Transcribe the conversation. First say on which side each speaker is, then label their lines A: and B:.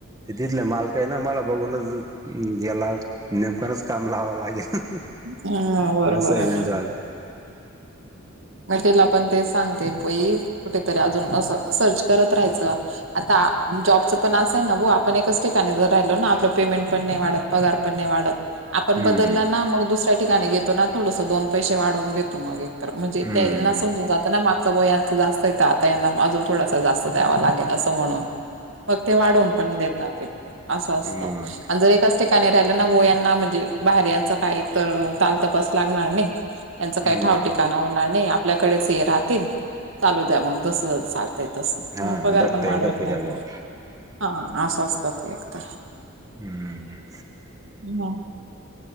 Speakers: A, on the right (about 15°); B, on the right (about 60°).
A: तिथल्या मालकाला काही ना मला बघूनच याला नेमकच काम लावावं लागेल
B: ह बरोबर
A: असं
B: आहे
A: त्यांचं
B: ना
A: आलं
B: मटला पण ते सांगते पई कुठेतरी अजून असं सर्च करत राहायचं आता जॉबचं पण असं आहे ना भाऊ आपण एकच ठिकाणी जर राहिलो ना आपलं पेमेंट पण नाही वाढत पगार पण नय वाढत. आपण
A: हम्म
B: बदलला ना मग दुसऱ्या ठिकाणी घेतो ना थोडस दोन पैसे वाढवून घेतो मग एक तर म्हणजे
A: हम्म
B: ते त्यांना समजून जात ना मागचं बो यांच जास्त येत आता यांना अजून थोडासा जास्त द्यावा लागेल असं म्हणून मग ते वाढून पण देतात असं असतं
A: मग
B: आणि जर एकाच ठिकाणी ठिकाणी राहिलाना वो यांना म्हणजे बाहेर यांच काही तर तालतपास लागणार नाही. यांच
A: हम्म
B: काही ठाव ठिकाणा होणार नाही आपल्याकडेच हे राहतील चालू द्या मग जसस चाल ते तस
A: हा
B: पगार
A: दाखतय
B: पण वाढवत
A: दाखव
B: नाही
A: द्या बुवा
B: ते हा असं असतात एकतर
A: ह
B: ह